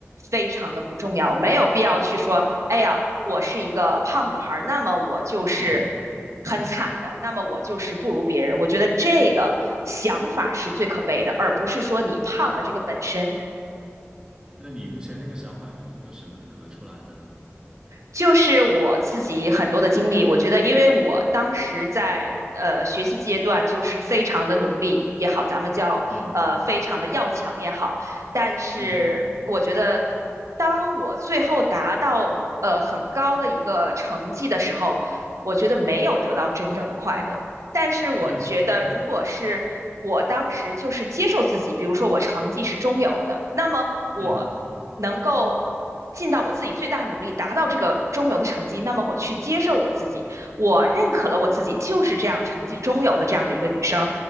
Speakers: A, on the right; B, on the right.
A: 非常的不重要，没有必要去说，哎呀，我是一个胖女孩那么我就是
B: 嗯，
A: 很惨的，那么我就是不如别人。我觉得这个想法是最可悲的，而不是说你胖的这个本身。
B: 那你目前这个想法是通过什么得出来的呢？
A: 就是我自己很多的经历，我觉得，因为我当时在呃学习阶段，就是非常的努力也好，咱们叫呃非常的要强也好，
B: 嗯
A: 但是我觉得，
B: 嗯
A: 当我最后达到呃很高的一个成绩的时候，我觉得没有得到真正的快乐。但是我觉得，
B: 嗯
A: 如果是我当时就是接受自己，比如说我成绩是中游的，那么我能够
B: 嗯
A: 尽到我自己最大努力达到这个中游的成绩，那么我去接受我自己，我认可了我自己就是这样成绩中游的这样的一个女生，